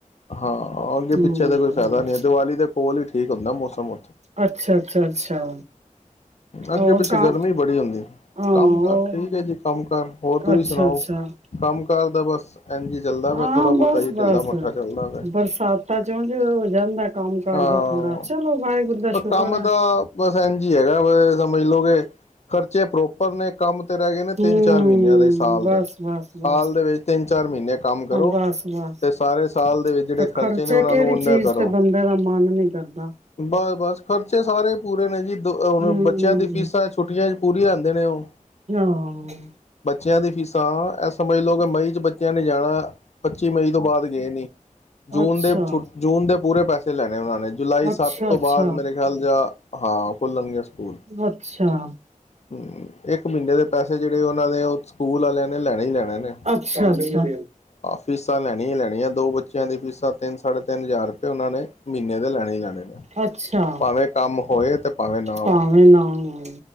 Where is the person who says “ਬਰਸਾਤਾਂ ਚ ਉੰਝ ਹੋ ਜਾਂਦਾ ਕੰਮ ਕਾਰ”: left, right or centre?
Right